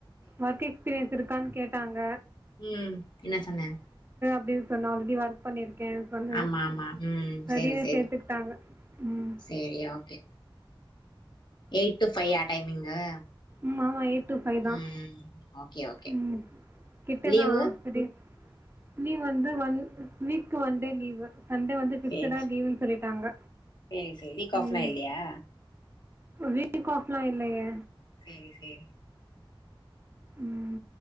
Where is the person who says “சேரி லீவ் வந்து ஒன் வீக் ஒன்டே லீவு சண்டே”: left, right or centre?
Right